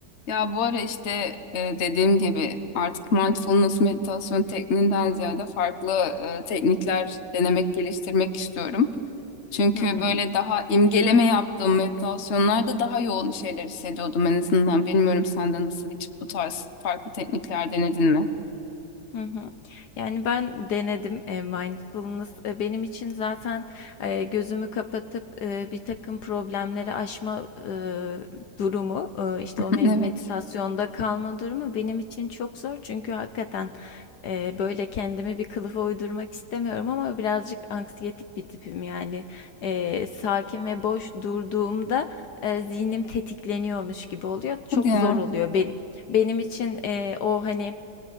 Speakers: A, on the left; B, on the left.
A: Ya bu ara işte e, dediğim gibi artık mindfulness meditasyon tekniğinden ziyade farklı e, teknikler denemek, geliştirmek istiyorum. Çünkü
B: Hı hı.
A: böyle daha imgeleme yaptığım meditasyonlarda daha yoğun şeyler hissediyordum en azından. Bilmiyorum sen de nasıl hiç bu tarz farklı teknikler denedin mi?
B: Hı hı. Yani ben denedim e, mindfulness. E, benim için zaten e, gözümü kapatıp e, bir takım problemleri aşma e, durumu, e, işte
A: <laughs>
B: o me-
A: Evet.
B: meditasyonda kalma durumu benim için çok zor. Çünkü hakikaten e, böyle kendimi bir kılıfa uydurmak istemiyorum ama birazcık anksiyetik bir tipim. Yani e, sakin ve boş durduğumda e, zihnim tetikleniyormuş gibi oluyor. Çok
A: Hadi ya.
B: zor oluyor benim. Benim için e, o hani